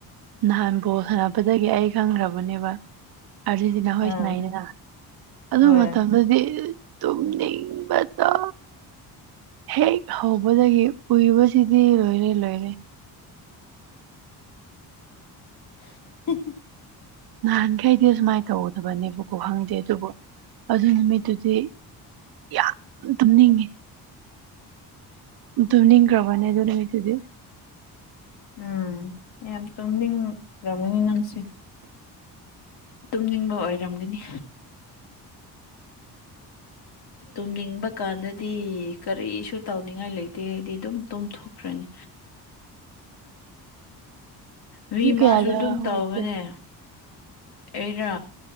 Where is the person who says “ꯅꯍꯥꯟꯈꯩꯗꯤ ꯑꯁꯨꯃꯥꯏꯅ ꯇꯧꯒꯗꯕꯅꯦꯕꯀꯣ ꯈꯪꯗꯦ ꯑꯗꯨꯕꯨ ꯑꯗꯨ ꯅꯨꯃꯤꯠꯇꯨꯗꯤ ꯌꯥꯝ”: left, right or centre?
Right